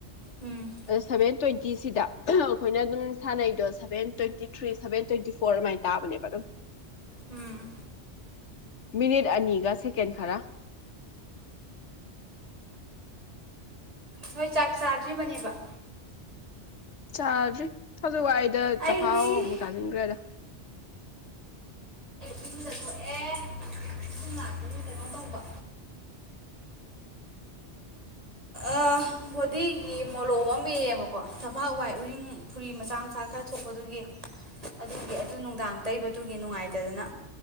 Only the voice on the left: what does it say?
ꯁ ꯁꯚꯦꯟꯇ꯭ꯋꯦꯟ <unintelligible> ꯇꯤꯁꯤꯗ ꯑꯩꯈꯣꯏꯅ ꯑꯗꯨꯝ ꯁꯥꯟꯅꯩꯗꯣ seven twenty three seven twenty four ꯑꯗꯨꯃꯥꯏꯅ ꯇꯥꯕꯅꯦꯕ ꯑꯗꯨꯝ
ꯃꯤꯅꯤꯠ ꯑꯅꯤꯒ ꯁꯦꯀꯦꯟ ꯈꯔ
ꯆꯥꯗ꯭ꯔꯤ ꯋꯥꯏꯗ
ꯆꯥꯍꯥꯎ ꯑꯃꯨꯛ ꯆꯥꯖꯤꯟꯒ꯭ꯔꯦꯗ